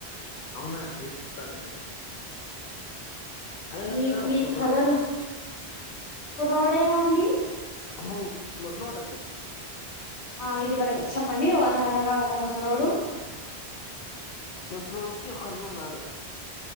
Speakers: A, on the left; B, on the left.
A: అవునా అండి చెప్తానండి అనగనగా
B: మీ
A: ఒక్
B: మీ
A: కుర్రోడ్
B: కథలు
A: అండి
B: కుర్రోడేనా అండి
A: హ్మ్ ముసలోడ్ అండి
B: ఆ ఇది కరెక్ట్ చెప్పండి ఒ అనగ అనగా ఒక ముసలోడు
A: మసలోడికి ఒకన్న ఉన్నాడు